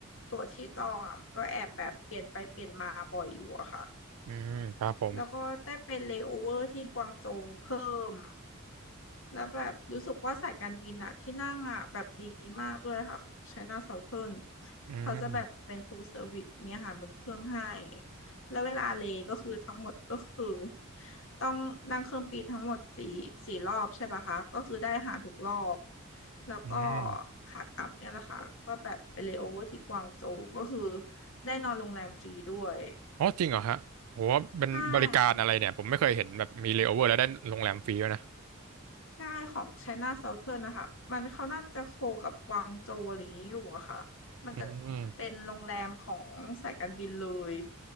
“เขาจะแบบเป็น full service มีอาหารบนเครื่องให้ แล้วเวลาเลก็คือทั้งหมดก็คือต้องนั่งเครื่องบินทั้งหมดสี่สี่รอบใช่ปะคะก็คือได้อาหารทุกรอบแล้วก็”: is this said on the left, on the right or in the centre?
Left